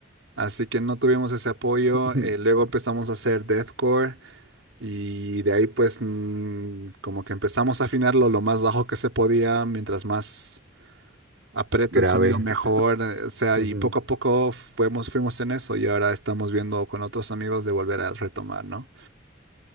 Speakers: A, on the right; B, on the right.
A: así que no tuvimos ese apoyo,
B: <laughs>
A: eh, luego empezamos a hacer deathcore. Y de ahí pues mm, como que empezamos a afinarlo lo más bajo que se podía, mientras más aprieto
B: Grave.
A: el sonido mejor,
B: <laughs>
A: eh, o sea, y
B: Ujú.
A: poco a poco fuimos, fuimos en eso y ahora estamos viendo con otros amigos de volver a retomar, ¿no?